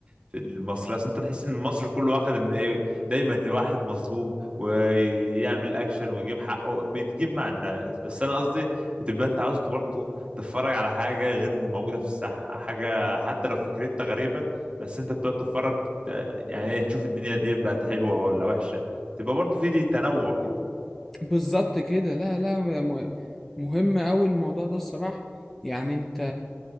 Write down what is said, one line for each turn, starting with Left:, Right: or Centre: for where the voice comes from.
Right: في المصري أصل أنت تحس إن مصر كله واخد إن إيه دايما واحد مظلوم ويعمل أكشن ويجيب حقه بيتجيب مع الناس بس أنا قصدي بتبقى أنت عاوز برضه تتفرج على حاجة غير الموجودة في الساحة حاجة حتى لو فكرتها غريبة بس أنت بتقعد تتفرج ت- يعني إيه، تشوف الدنيا دي بقت حلوة ولا وحشة تبقى برضه في دي تنوع كده
Centre: بالظبط كده لا لا م- مهم أوي الموضوع ده الصراحة يعني انت